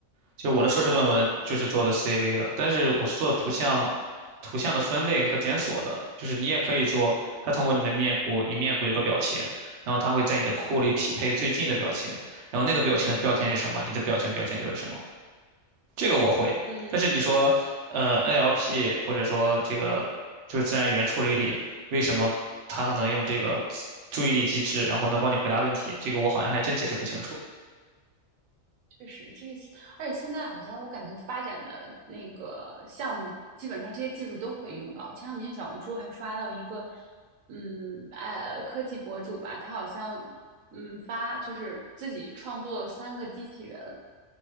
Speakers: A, on the right (about 60°); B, on the right (about 80°).
A: 就是我的硕士论文就是做的
B: 哦，
A: CV 的，但是我是做图像图像的分类和检索的，就是你也可以做，它通过你的面部，你面部有个表情，然后它会在你的库里匹配最近的表情，然后那个表情的标签是什么，
B: 嗯
A: 你的表情标签就是什么。这个我会。
B: 嗯，
A: 但是你说，呃，NLP 或者说这个就是自然语言处理里，为什么它能用这个注意力机制，然后能帮你回答问题？这个我好像还真解释不清楚。
B: 确实，这个是，而且现在好像我感觉发展的那个项目，基本上这些技术都会用到。前两天小红书还刷到一个，嗯，呃，科技博主吧，他好像，嗯，发就是自己创作了三个机器人，